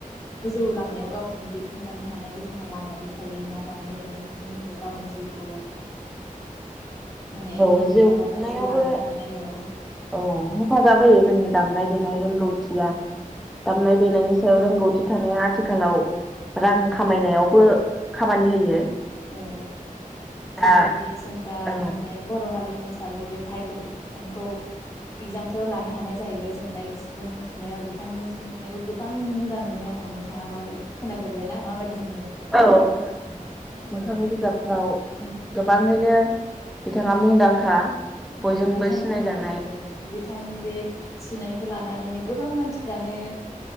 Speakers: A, on the left (about 20°); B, in the centre.
A: गोजौ लामायाव गावखौनो दैखांलांनो हानायबो जोंहा लामाबो थायो ना दामनाय देनायफोरजों लोगोसे गावनि जिउखौ माने
B: औ
A: गुबुन
B: जिउ
A: लामा
B: खुंनायावबो।
A: फारसे लांनो हानाय औ
B: औ हेफाजाब होयो जोंनि दामनाय देनाय रोंगौथिया
A: उम उम
B: दामनाय-देनायनि
A: उम
B: रोंगौथि थानाया आथिखालाव रां खामायनायावबो खामानि होयो।
A: औ जेरैबायदि
B: दा
A: जों दा
B: औ
A: नुनो हायो। बर' हारिनि हिसाबै बे भागग्यतिक बिथांखौ इगजामफोराव लानो हानाय जाहैबाय जों दा सिफुं सुनायाव बिथांनि सिफुं सुनायखौ गोबां मोजां मोनो आंङो। नांङा माबोरै खोनाफेरबायनाा मा आबाद मोनो नोंथाङा?
B: औ खोनादों मोखां
A: औ
B: बिजाब। औ गोबांङैनो बिथाङा मुंदांखा।
A: औ
B: बयजोंबो
A: बिथांनि
B: सिनाय जानाय
A: औ औ बिथांनि बे सुनायखौ लानानैनो गोबां मानसिफ्रानो